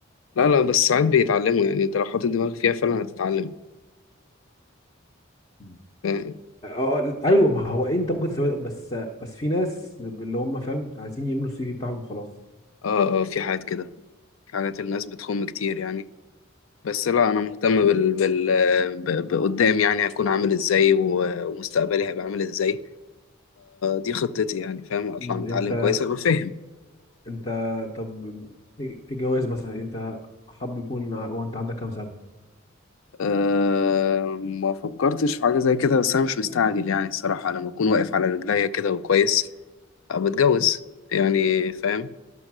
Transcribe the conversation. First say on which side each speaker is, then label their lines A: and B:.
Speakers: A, on the left; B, on the left.
A: لا لا بس ساعات بيتعلموا يعني انت لو حاطط دماغك فيها فعلا هتتعلم
B: مم.
A: فاهم
B: اه آه، ايوه ما هو انت ممكن تسوي بس بس في ناس اللي هم فاهم عايزين يملوا السي في بتاعهم وخلاص
A: اه اه في حاجات كده في حاجات الناس بتخم كتير يعني بس لا انا مهتم بال بال ب- بقدام يعني هكون عامل ازاي و- ومستقبلي هيبقى عامل ازاي دي خطتي يعني فاهم اطلع
B: مم،
A: متعلم
B: انت
A: كويس ابقى فاهم
B: انت طب الجواز مثلا انت حب يكون ع- وانت عندك كام سنه
A: أه ما فكرتش في حاجه زي كده بس انا مش مستعجل يعني الصراحه لما اكون واقف على رجليا كده وكويس ابقى اتجوز يعني فاهم